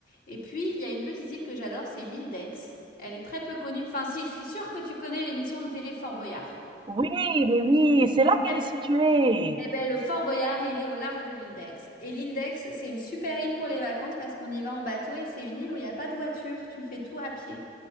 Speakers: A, on the left (about 50°); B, on the right (about 25°).
A: Et puis il y a une petite île que j'adore, c'est l'île d'Aix. Elle est très peu connue. Enfin, si, je suis sûre que tu connais l'émission de télé Fort Boyard.
B: Oui, mais oui, c'est là qu'elle
A: Eh
B: est située.
A: Eh ben, le Fort Boyard, il est au large de l'île d'Aix. Et l'île d'Aix, c'est une super île pour les vacances parce qu'on y va en bateau et c'est une île où il n'y a pas de voiture. Tu fais tout à pied.